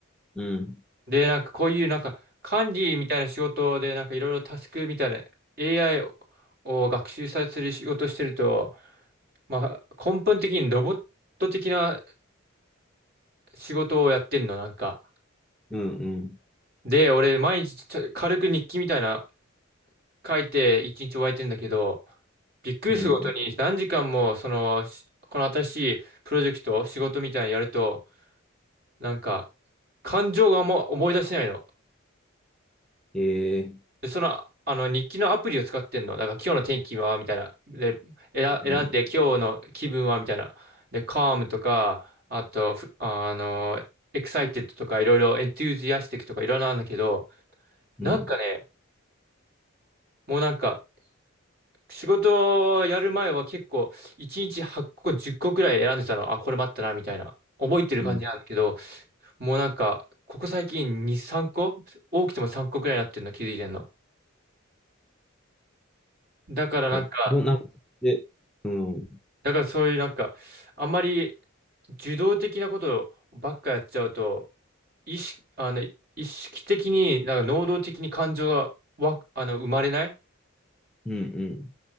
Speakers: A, in the centre; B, on the right (about 45°).
A: うん、
B: で、なんかこういうなんか管理みたいな仕事でなんかいろいろタスクみたいな AI を学習させる仕事してると、まあ、根本的にロボット的な仕事をやってんの、なんか。
A: うん、うん、
B: で、俺毎日ちょ軽く日記みたいな書いて一日終えてんだけど、びっくりすることに何時間もそのしこの新しいプロジェクト仕事みたいなのやると
A: うん。
B: なんか感情がも思い出せないの。
A: ええ
B: でそのあの日記のアプリを使ってんの。だから今日の天気はみたいな。で、選、選んで今日の気分はみたいな。
A: うん、
B: で、calm とか、あと、ふあの、excited とかいろいろ enthusiastic とかいろいろあるんだけど、なんかね、
A: うん、
B: もうなんか仕事をやる前は結構1日8個10個くらい選んでたの。あ、これ待ったな、みたいな。覚えてる感じなんだけど、
A: うん。
B: もうなんか、ここ最近2、3個多くても3個くらいになってるの気づいてんの。だからなんか、
A: お、どう、なんか、で、うん、うん、
B: だからそういうなんか、あんまり受動的なことばっかやっちゃうと、意識、あの、意識的に、なんか能動的に感情がわ、あの、生まれない
A: うん。